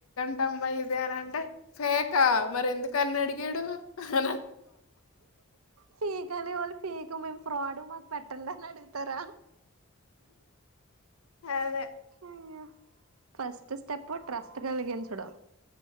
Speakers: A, on the left; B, on the right.
A: టమ్మా ఇది అని అంటే ఫేకా మరి ఎందుక అన్న అడిగాడు అ
B: ఫేక్ అనే వాళ్ళు ఫేకు మేం ఫ్రాడు మా పెట్టండి అని అడుగుతారా
A: ఆదే
B: అయ్యో ఫస్ట్ స్టెప్ ప్పు ట్రస్ట్ కలిగించడం